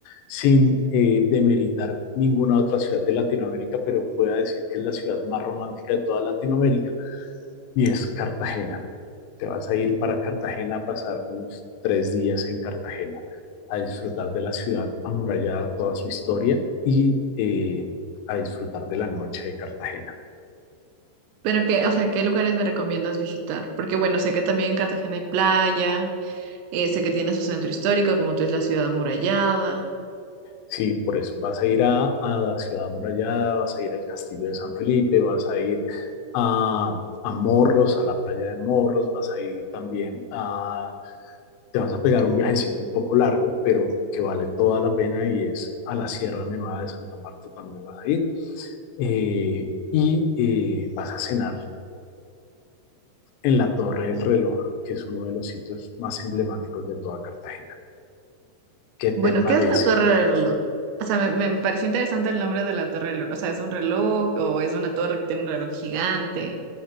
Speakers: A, on the left (about 90°); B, on the right (about 85°).
A: sin eh, demeritar ninguna otra ciudad de Latinoamérica, pero pueda decir que es la ciudad más romántica de toda Latinoamérica y es Cartagena. Te vas a ir para Cartagena a pasar unos tres días en Cartagena, a disfrutar de la ciudad amurallada, toda su historia y eh, a disfrutar de la noche de Cartagena.
B: Pero qué, o sea, ¿qué lugares me recomiendas visitar? Porque bueno, sé que también en Cartagena hay playa. Eh, sé que tiene su centro histórico, como tú es la ciudad amurallada.
A: Sí, por eso. Vas a ir a, a la ciudad amurallada, vas a ir al castillo de San Felipe, vas a ir a, a Morros, a la playa de Morros, vas a ir también a... Te vas a pegar un viajecito un poco largo, pero que vale toda la pena y es a la Sierra Nevada de Santa Marta también vas a ir. Eh, y eh, vas a cenar en la Torre del Reloj, que es uno de los sitios más emblemáticos de toda Cartagena. ¿Qué te
B: Bueno,
A: parece?
B: ¿qué es la Torre del Reloj? O sea, me, me pareció interesante el nombre de la Torre del Reloj. O sea, ¿es un reloj o es una torre que tiene un reloj gigante?